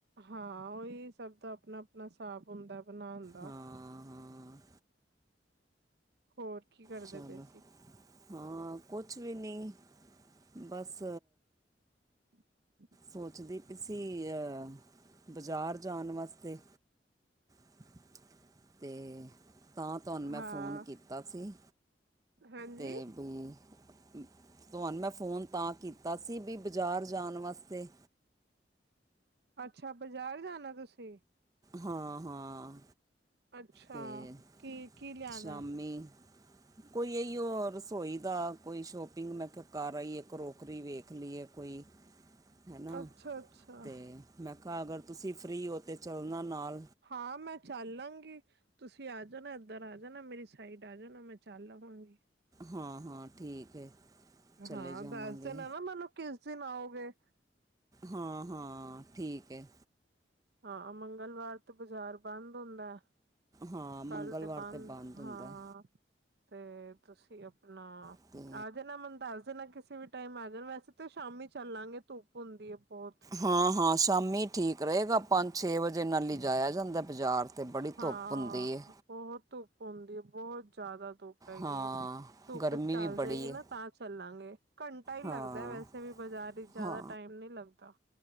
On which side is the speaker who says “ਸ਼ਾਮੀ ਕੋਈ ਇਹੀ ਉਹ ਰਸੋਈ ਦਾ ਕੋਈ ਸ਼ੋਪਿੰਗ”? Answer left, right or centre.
Right